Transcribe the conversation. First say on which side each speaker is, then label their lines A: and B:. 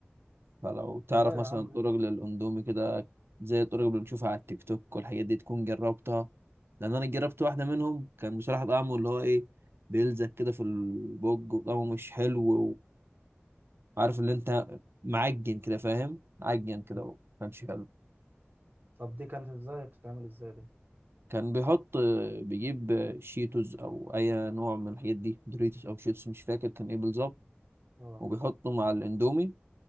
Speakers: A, on the right (about 65°); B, on the right (about 50°).
A: فلو تعرف
B: لا لا
A: مثلا
B: يا عم
A: الطرق للاندومي كده زي الطرق اللي بنشوفها على التيك توك والحاجات دي تكون جربتها لان انا جربت واحده منهم كان بصراحه طعمه اللي هو ايه بيلزق كده في البوج وطعمه مش حلو وعارف اللي انت معجن كده فاهم معجن كده
B: أنت-
A: وما كانش حلو
B: طب دي كانت إزاي بتتعمل إزاي دي؟
A: كان بيحط بيجيب شيتوز او اي نوع من الحاجات دي دوريتوس او شيتوس مش فاكر كان ايه بالظبط
B: أه
A: وبيحطه مع الاندومي